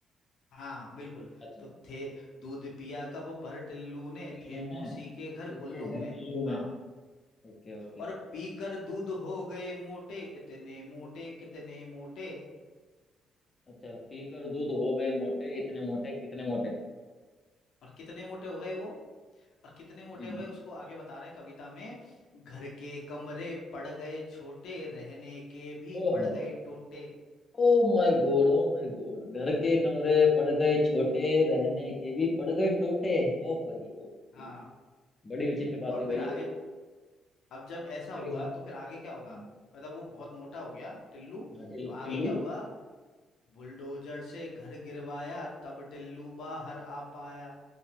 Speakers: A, on the left (about 70°); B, on the left (about 25°).
A: हाँ बिल्कुल
B: अच्छा
A: तो थे दूध पिया कप भर टिल्लू ने
B: कुल्लू
A: थे मौसी
B: में
A: के घर
B: ठीक
A: कुल्लू
B: है घर
A: में
B: कुल्लू
A: हाँ
B: में Okay okay
A: और पीकर दूध हो गए मोटे इतने मोटे कितने मोटे
B: अच्छा पीकर दूध हो गए मोटे इतने मोटे कितने मोटे
A: और कितने मोटे हो गए वो और कितने मोटे
B: हम्म
A: हो गए उसको आगे बता रहे हैं कविता में घर के कमरे पड़ गए छोटे रहने के भी
B: ओहो
A: पड़ गए टोटे
B: Oh my god oh my god घर के कमरे पड़ गए छोटे रहने के भी पड़ गए टोटे ओ भाई ओ भाई
A: हाँ
B: बड़ी विचित्र बात
A: और
B: हुई भाई
A: फिर आगे
B: ये तो
A: अब जब ऐसा
B: टोटे
A: हुआ
B: के साथ
A: तो फिर आगे क्या होगा
B: हम्म,
A: मतलब वो बहुत मोटा हो गया टिल्लू
B: हाँ टिल-
A: तो आगे
B: टिल्लू
A: क्या हुआ बुलडोजर से घर गिरवाया तब टिल्लू बाहर आ पाया